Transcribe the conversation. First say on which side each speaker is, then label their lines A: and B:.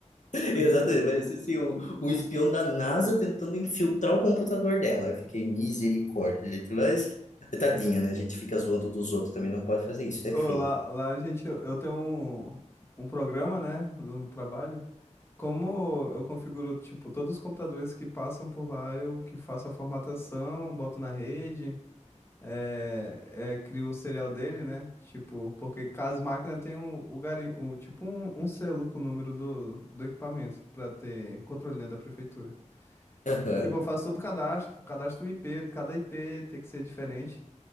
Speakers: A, on the left; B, on the left.
A: Exatamente,
B: Aham.
A: parecia assim, um, um espião da NASA tentando infiltrar o computador dela. Eu fiquei misericórdia, gente, mas tadinha, né? A gente fica zoando dos outros, também não pode fazer isso, é
B: Ô,
A: feio.
B: lá, lá, gente, eu, eu tenho um, um programa, né, no trabalho. Como eu configuro, tipo, todos os computadores que passam por lá, eu que faço a formatação, boto na rede, é, é, crio o serial dele, né? Tipo, porque cada máquina tem um, o garim, o, tipo um, um selo com o número do, do equipamento, pra ter controle, né, da prefeitura.
A: Aham,
B: E, Tipo, eu faço todo o cadastro, o cadastro do IP, cada IP tem que ser diferente.